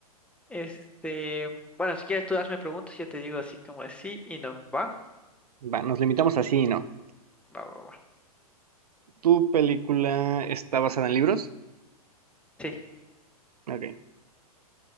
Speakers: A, in the centre; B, on the right (about 75°).
A: Este, bueno, si quieres tú hazme preguntas y yo te digo así como así y no. ¿Va?
B: Va, nos limitamos así, y no.
A: Va, va, va.
B: ¿Tu película está basada en libros?
A: Sí,
B: Ok.